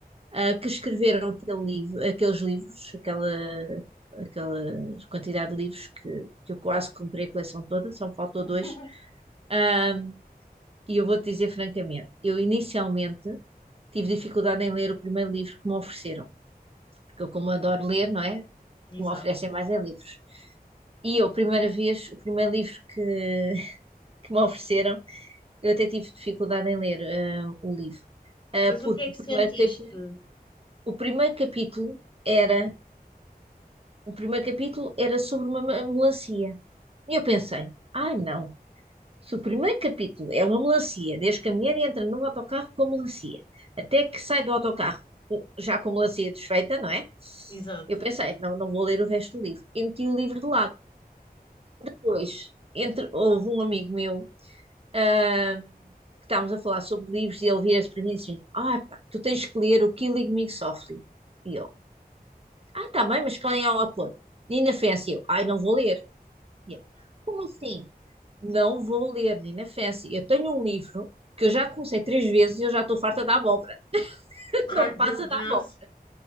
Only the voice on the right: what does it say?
ah, que escreveram aquele livro, aqueles livros, aquela, aquela quantidade de livros que, que eu quase comprei a coleção toda, só me faltou
dois. Ah, e eu vou-te dizer francamente, eu inicialmente tive dificuldade em ler o primeiro livro que me ofereceram, porque eu, como adoro ler, não é?
O que me oferecem mais é livros. E eu, a primeira vez, o primeiro livro que, <laughs> que me ofereceram, eu até tive dificuldade em ler ah, o livro. Ah,
porque
o primeiro,
capi- o primeiro capítulo era O primeiro capítulo era sobre uma ma- melancia. E eu pensei, ai não, se o primeiro capítulo é uma melancia, desde que a mulher entra num autocarro com a melancia, até que sai do autocarro com- já com a melancia desfeita, não é?
Eu pensei, não, não vou ler o resto do livro. E meti o livro de lado. Depois, entre, houve um amigo meu, ah, que estávamos a falar sobre livros, e ele vira-se para mim e disse: Ah, pá, tu tens que ler o Killing Me Softly. E eu, ah, tá bem, mas quem é o autor? Nina Fence. E eu, ai, não vou ler. E Como assim? Não vou ler, menina Fancy. Eu tenho um livro que eu já comecei três vezes e eu já estou farta da abóbora. <laughs>
Não me
passa
da abóbora.